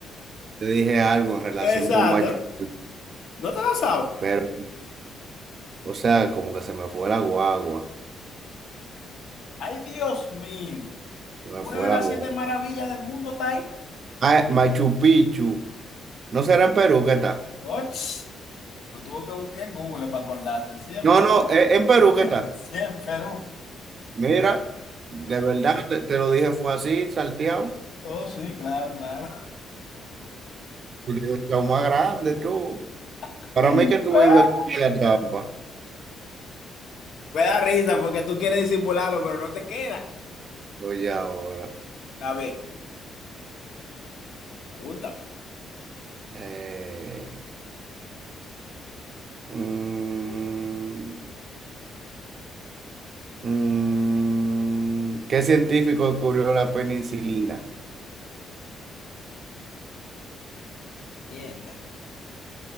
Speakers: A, on the right; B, on the left.
A: te dije algo
B: <laughs>
A: en relación
B: Exacto.
A: con Machu Picchu,
B: No te la sabes.
A: pero, o sea, como que se me fue la guagua.
B: Ay, Dios mío.
A: Se me
B: Una
A: fue
B: de
A: la
B: las
A: guagua.
B: siete maravillas del mundo está ahí.
A: Ah, Machu Picchu. ¿No será en Perú que está?
B: Och, lo tuvo que buscar en Google para acordarse. Sí, en
A: No,
B: Perú.
A: no, e- en Perú, ¿qué
B: <laughs>
A: tal?
B: Sí, en Perú.
A: Mira, de verdad, te, te lo dije, fue así, salteado.
B: Oh, sí, claro, claro.
A: Lo más grande, tú.
B: <laughs>
A: Para mí que tú vives en la trampa.
B: Me da risa porque tú quieres disimularlo, pero no te queda.
A: Oye, ahora.
B: Está bien, pregúntame.
A: Eh, mm, mm, ¿qué científico descubrió la penicilina?
B: Mierda.